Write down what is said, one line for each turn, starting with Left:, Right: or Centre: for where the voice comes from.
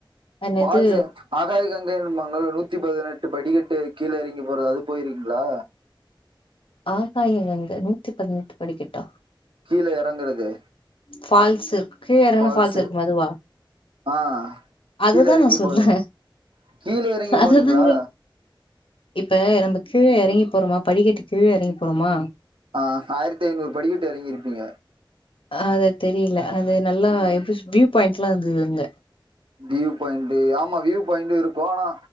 Left: என்னது
Right: ஃபால்ஸ் ஆ ஆகாதுகா <unintelligible> நூத்தி பதினெட்டு படிக்கட்டு கீழே எறங்கி போறது அது போயிருக்கிங்ளா
Left: ஆகாய கங்க நூத்தி பதினெட்டு படிக்கட்டா
Right: கீழ எறங்குறது
Left: ஃபால்ஸ்ஸு கீழ எறங்குனா
Right: ஃபால்ஸு
Left: ஃபால்ஸ் இருக்குமே அதுவா
Right: ஆ
Left: அதுதான்
Right: கீழ எறங்கி
Left: நான்
Right: <unintelligible>
Left: சொல்றேன்
Right: கீழ எறங்கி
Left: அதுதாங்க
Right: போனீங்ளா
Left: இப்ப நம்ப கீழ எறங்கி போறொமா படிக்கட்டு கீழ எறங்கி போறோமா
Right: ஆ ஆயரெத்து ஐநூறு படிக்கட்டு எறங்கிருப்பீங்க
Left: அத தெரியல அது நல்லா எப்டி வியூ பாயிண்ட்ல்லா இருந்தது அங்க
Right: வியூ பாயிண்ட்டு ஆமா வியூ பாயிண்ட்டு இருக்கு ஆனா